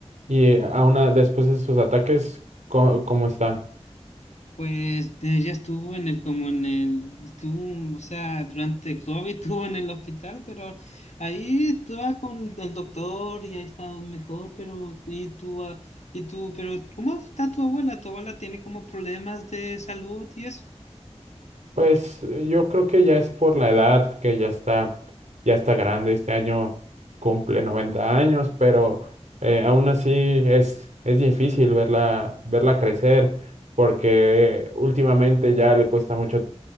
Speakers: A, on the right (about 90°); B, on the left (about 75°).
A: Y aún a- después de sus ataques, cómo ¿cómo, está?
B: Pues eh, ya estuvo en el, como en el, estuvo, o sea, durante COVID estuvo en el hospital, pero ahí estaba con el doctor y ha estado mejor, pero, y tú, ah, y tú, pero, ¿cómo está tu abuela? ¿Tu abuela tiene como problemas de salud y eso?
A: Pues eh, yo creo que ya es por la edad, que ya está, ya está grande. Este año cumple 90 años, pero eh, aún así es, es difícil verla, verla crecer, porque últimamente ya le cuesta mucho